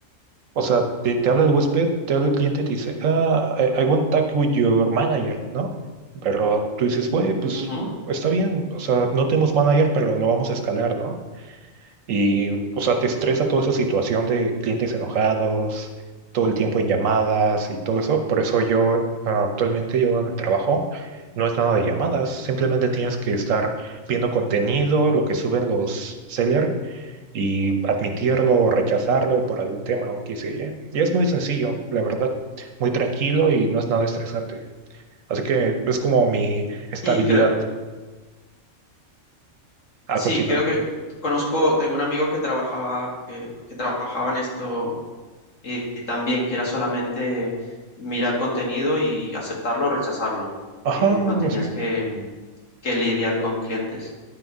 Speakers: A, on the right; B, on the left.
A: o sea, te, te habla el huésped, te habla el cliente y te dice, ah, I, I want talk with your manager, ¿no? Pero tú dices, güey, pues
B: Ujú.
A: está bien, o sea, no tenemos manager, pero lo vamos a escalar, ¿no? Y, o sea, te estresa toda esa situación de clientes enojados, todo el tiempo en llamadas y todo eso. Por eso yo, ah, actualmente, yo donde trabajo, no es nada de llamadas, simplemente tienes que estar viendo contenido, lo que suben los sellers y admitirlo o rechazarlo por algún tema o qué sé yo. Y es muy sencillo, la verdad, muy tranquilo y no es nada estresante. Así que es como mi estabilidad
B: Sí, creo,
A: a
B: sí,
A: continuar.
B: creo que conozco, tengo un amigo que trabajaba, que, que trabajaba en esto eh, eh, también, que era solamente mirar contenido y aceptarlo o rechazarlo.
A: Ajá,
B: Eh, no
A: algo
B: tenías
A: así.
B: que, mm, que lidiar con clientes.